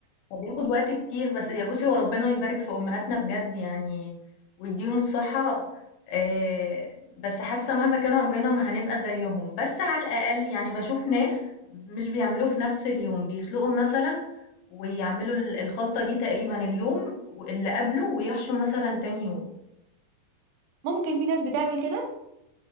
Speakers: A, on the left; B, on the right.
A: هو بياخد وقت كتير بس يا بُصّي هو ربنا يبارك في أمهاتنا بجد يعني ويديهم الصحة آآ، بس حاسة مهما كان عمرنا ما هنبقى زيهم، بس على الأقل يعني باشوف ناس مش بيعملوه في نفس اليوم، بيسلقوا مثلًا ويعملوا ال الخلطة دي تقريبًا اليوم واللي قبله ويحشوا مثلًا تاني يوم.
B: ممكن في ناس بتعمل كده